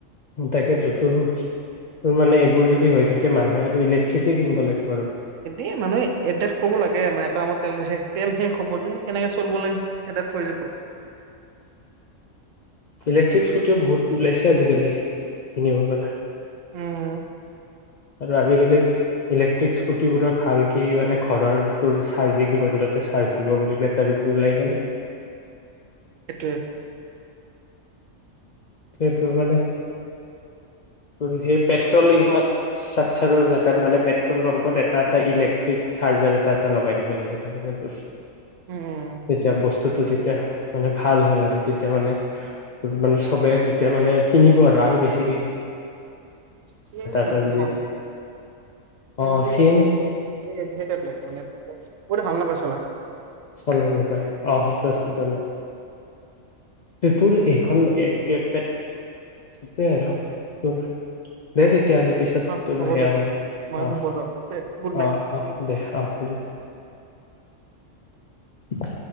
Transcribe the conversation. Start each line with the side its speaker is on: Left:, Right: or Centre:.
Left: তাকেতেতো তোৰ তোৰ মানে এইবোৰ যদি হৈ থে মানুহে আৰু ইলেক্্ৰিক কিনিব লাগে
Right: এ মানুহে এ কৰিব লাগে মানে এটা আত তেল তেল শেষ খ'বজ যে কেনেকে চলিব লাগে এট থৈ যাব
Left: ইলে্ট্ৰিক স্ুটিও বহুত লাইছে আজিকালি কিনিব পাৰা
Right: উম
Left: আৰু আজিকালি ইলেক্ট্ৰিক স্কুটিবোৰ ভালক মানে ঘৰৰ চাৰ্জিং পইন্টতে চাৰ্জ দিব কৰি বেটাৰীতটো ওলাই কেনে
Right: সটো
Left: স তোৰ মানে সেই পেট্ৰল ইনফ্ৰাষ্ট্ৰাকচাৰ
Right: ত
Left: জোত মানে পেট্ৰল পাম্পত এটা এটা ইলেক্ট্ৰিক চাৰ্জাৰ এটা এটা লগাই দিব লাগে তাৰে
Right: উম
Left: তেতিয়া বস্তুটো তেতিয়া মানে ভাল হয় আৰু তেতিয়া মানে মানে চবে তেতিয়া মানে কিনিব আৰু আৰু বেছি
Right: সেইটো
Left: এটা
Right: নেি
Left: যদি
Right: মানু সেই
Left: অ চিন
Right: লাগে মানে বহুত ভাল নাপাইছে
Left: চ নাপায় অ শদ শবদ তোৰ এইখন এ পটোৱে আৰু তোৰ দে তে তেতিয়াহ'লে পিছত
Right: হা
Left: তোৰ
Right: হ'ব
Left: সেয়া
Right: দে
Left: কৰিম
Right: মই শুব
Left: আহ
Right: যাওঁ দে গুড নাইট
Left: অ অ দে আহ দে ব